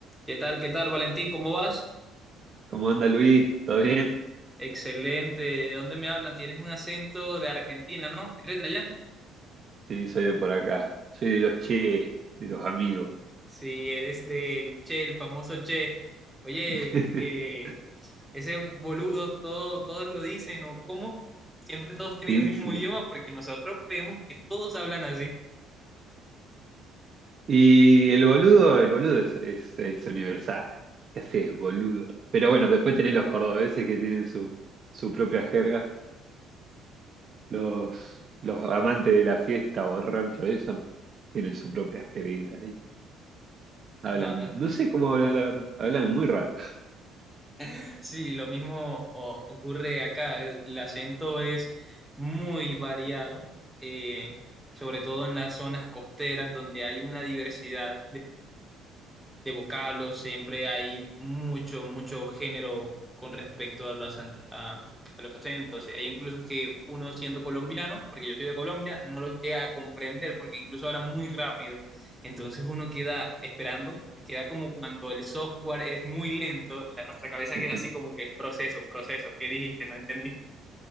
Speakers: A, in the centre; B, on the right (about 45°).
A: ¿Qué tal? ¿Qué tal, Valentín? ¿Cómo vas?
B: ¿Cómo anda Luis? ¿Todo bien?
A: Excelente. ¿De dónde me hablan? Tienes un acento de Argentina, ¿no? ¿Eres de allá?
B: Sí, soy de por acá. Soy de los che, de los amigos.
A: Sí, eres del Che, el famoso Che. Oye,
B: <laughs>
A: eh, ese boludo, todo, todos lo dicen, ¿o cómo? Siempre todos tienen
B: Sí,
A: el mismo
B: sí.
A: idioma porque nosotros creemos que todos hablan así.
B: Y el boludo, el boludo es, es, es universal. ¿Qué haces, boludo? Pero bueno, después tenés los cordobeses que tienen su, su propia jerga. Los, los amantes de la fiesta, borracho, eso, tienen su propia jerguita ahí. Hablan,
A: No.
B: no sé cómo hablan, la verdad. Hablan muy raro.
A: <laughs> Sí, lo mismo o- ocurre acá. eh, El acento es muy variado, eh, sobre todo en las zonas costeras donde hay una diversidad de vocablos, siempre hay mucho, mucho género con respecto a los, ant- a, a los acentos. Hay incluso que uno siendo colombiano, porque yo soy de Colombia, no los llega a comprender porque incluso hablan muy rápido. Entonces uno queda esperando, queda como cuando el software es muy lento, la- nuestra cabeza
B: <laughs>
A: queda así como que proceso, proceso, ¿qué dijiste? No entendí.